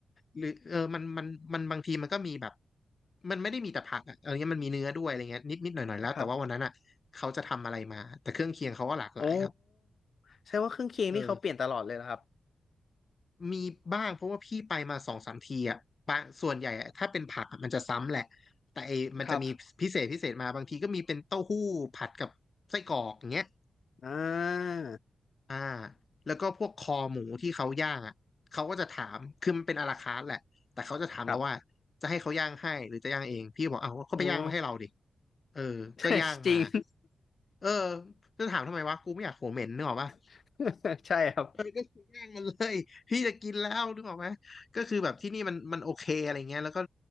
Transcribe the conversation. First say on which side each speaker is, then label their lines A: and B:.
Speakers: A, on the left (about 35°); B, on the left (about 50°).
A: หรือเออมันมันมันบางทีมันก็มีแบบมันไม่ได้มีแต่ผักอะเออเนี้ยมันมีเนื้อด้วยอะไรเงี้ยนิดนิดหน่อยหน่อยแล้วแต่ว่าวันนั้นอ่ะเขาจะทำอะไรมาแต่เครื่องเคียงเขาก็หลากหลายครับ
B: ครับโอ้แสดงว่าเครื่องเคียงนี่เขาเปลี่ยนตลอดเลยนะครับ
A: เออมีบ้างเพราะว่าพี่ไปมาสองสามทีอ่ะปะส่วนใหญ่อะถ้าเป็นผักอะมันจะซ้ำแหละแต่ไอ้มันจะมีพิเศษพิเศษมาบางทีก็มีเป็นเต้าหู้ผัดกับไส้กรอกอย่างเงี้ย
B: ครับอ่า
A: อ่าแล้วก็พวกคอหมูที่เขาย่างอ่ะเขาก็จะถามคือมันเป็นอาราคาร์ทแหละแต่เขาจะถามเราว่าจะให้เขาย่างให้หรือจะย่างเองพี่บอกเอาเขาไปย่างมาให้เราดิ
B: ครับโอ้
A: เออก็ย่างมา
B: <laughs> ใช่จริง
A: เออจะถามทำไมวะกูไม่อยากโหเหม็นนึกออกปะ
B: <laughs> ใช่ครับ
A: เออก็คือย่างมันเลย <laughs> พี่จะกินแล้วนึกออกไหมก็คือแบบที่นี่มันมันโอเคอะไรเงี้ยแล้วก็